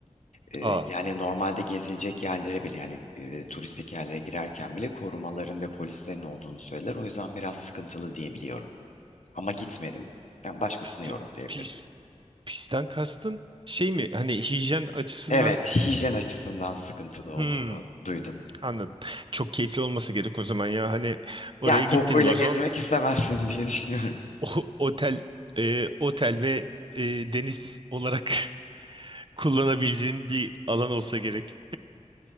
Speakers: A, on the left; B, on the right.
A: E,
B: Aa.
A: yani normalde gezilecek yerlere bile yani e, turistik yerlere girerken bile korumaların ve polislerin olduğunu söyler. O yüzden biraz sıkıntılı diyebiliyorum. Ama gitmedim. Ben başkasını yorumlayabilirim.
B: c- Pis pisten kastın şey mi? Hani hijyen açısından
A: Evet, hijyen açısından sıkıntılı olduğunu
B: hmm,
A: duydum.
B: anladım. Çok keyifli olması gerek o zaman ya. Hani oraya
A: Yani kokuyla
B: gittin mi o zaman
A: gezmek istemezsin <laughs> diye düşünüyorum.
B: o- otel e, otel ve e, deniz olarak <laughs> kullanabileceğin bir alan olsa gerek.